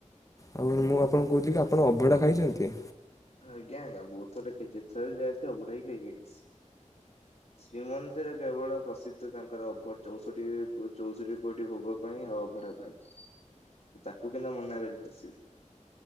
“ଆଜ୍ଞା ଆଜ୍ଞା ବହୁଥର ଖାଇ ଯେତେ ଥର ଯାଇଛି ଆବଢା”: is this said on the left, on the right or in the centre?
Left